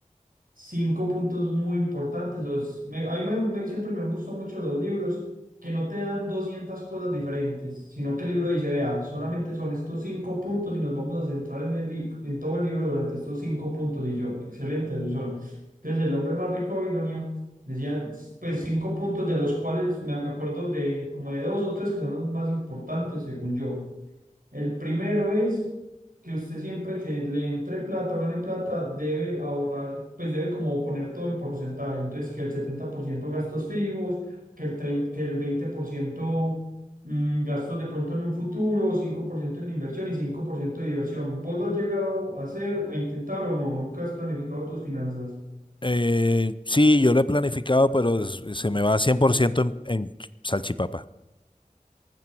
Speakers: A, on the right (about 85°); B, on the left (about 35°).
A: cinco puntos muy importantes. Los, me- a mí me- me- siempre me han gustado mucho los libros que no te dan 200 cosas diferentes, sino que el libro dice, vea, solamente son estos cinco puntos y nos vamos a centrar en, el, li- en todo el libro durante estos cinco puntos. Y yo, excelente, así son. Entonces, el hombre más rico de Babilonia decía, pues cinco puntos de los cuales me, me acuerdo de como de dos o tres que son los más importantes, según yo. El primero es que usted siempre que le entre plata o gane plata debe ahorrar, pues debe como poner todo en porcentaje. Entonces que el 70% gastos fijos, que el, trein- que el 20% mm, gastos de pronto en un futuro, 5% en inversión y 5% de diversión. ¿Vos lo has llegado a hacer, a intentar o no? ¿Nunca has planificado tus finanzas?
B: Eh, sí, yo lo he planificado, pero s- se me va 100% en, en salchipapa.